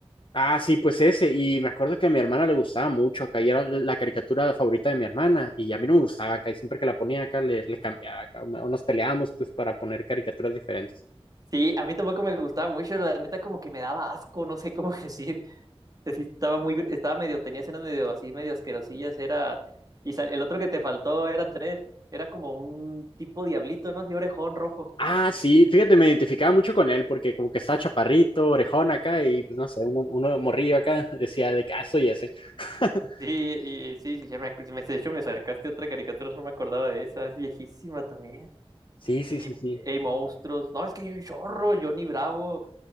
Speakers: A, on the left (about 55°); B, on the right (about 35°).
A: Ah, sí, pues ese. Y me acuerdo que a mi hermana le gustaba mucho acá y era la caricatura favorita de mi hermana. Y a mí no me gustaba acá y siempre que la ponía acá le, le cambiaba acá, o nos peleábamos pues para poner caricaturas diferentes.
B: Sí, a mí tampoco me gustaba mucho, la neta como que me daba asco, no sé cómo <laughs> decir. Sí, estaba muy, estaba medio, tenía escenas medio así, medio asquerosillas, era... Y sal- el otro que te faltó eran tres, era como un tipo diablito, ¿no? Así orejón rojo.
A: Ah, sí, fíjate, me identificaba mucho con él porque como que estaba chaparrito, orejón acá y pues no sé, uno, uno morrillo acá <laughs> decía de que, "Ah, soy ese. <laughs>
B: Sí, y sí, sí, ya me, ac- me- de hecho me sacaste otra caricatura, no me acordaba de esa, es viejísima también.
A: Sí, sí,
B: Ey,
A: sí, sí.
B: Ey, monstruos. No, es que hay un chorro, Johnny Bravo.